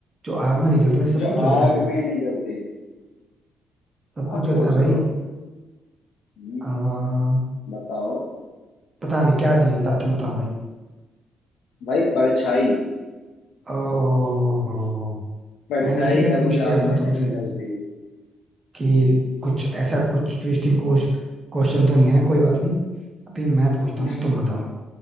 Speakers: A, on the right; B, on the left.
A: जो आग में नहीं जलती भाई सब
B: जो
A: कुछ जलता
B: आग
A: है भाई
B: में नहीं जलती
A: सब
B: हाँ
A: कुछ जलता
B: सोच
A: है भाई
B: लो हम्म,
A: आ,
B: बताओ
A: पता नहीं क्या नहीं जलता तुम बताओ भाई
B: भाई परछाई
A: ओहो
B: परछाई
A: मैंने इसीलिए
B: कभी
A: पूछ लिया
B: आग
A: था
B: में
A: तुमसे
B: नहीं जलती
A: कि कुछ ऐसा कुछ ट्विस्टिंग क्वेश्चन तो नहीं है ना कोई बात नहीं अभी मैं पूछता
B: <laughs>
A: हूँ तुम बताओ